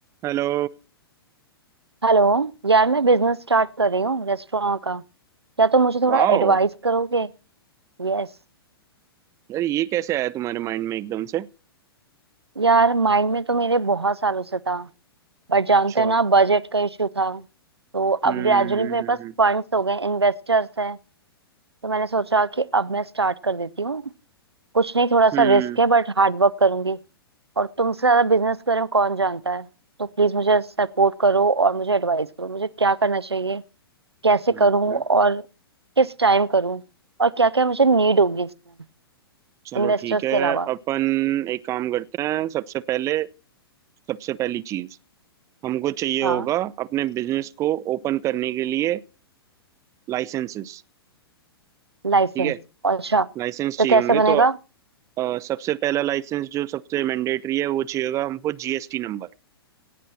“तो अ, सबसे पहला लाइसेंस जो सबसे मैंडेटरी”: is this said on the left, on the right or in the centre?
Right